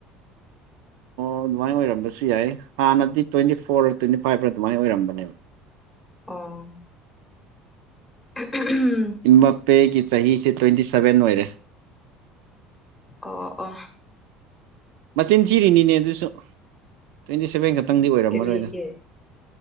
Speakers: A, on the right; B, in the centre.
A: ꯑꯧ ꯗꯨꯃꯥꯏꯟ ꯑꯣꯏꯔꯝꯕꯁꯨ ꯌꯥꯏ ꯍꯥꯟꯅꯗꯤ ꯇ꯭ꯋꯦꯟꯇꯤ ꯐꯣꯔꯔ ꯇ꯭ꯋꯦꯟꯇꯤ ꯐꯥꯏꯞꯔ ꯗꯨꯃꯥꯏ ꯑꯣꯏꯔꯝꯕꯅꯦ
B: ꯑꯣ <unintelligible>
A: ꯏꯝꯕꯥꯄꯦꯒꯤ ꯆꯍꯤꯁꯦ ꯇ꯭ꯋꯦꯟꯇꯤ ꯁꯕꯦꯟ ꯑꯣꯏꯔꯦ
B: ꯑꯣ ꯑꯣ
A: ꯃꯆꯤꯟ ꯊꯤꯔꯤꯅꯤꯅꯦ ꯑꯗꯨꯁꯨ ꯇ꯭ꯋꯦꯟꯇꯤ ꯁꯦꯚꯦꯟ ꯈꯛꯇꯪꯗꯤ ꯑꯣꯏꯔꯝꯃꯔꯣꯏꯗ
B: ꯀꯔꯤꯒꯤ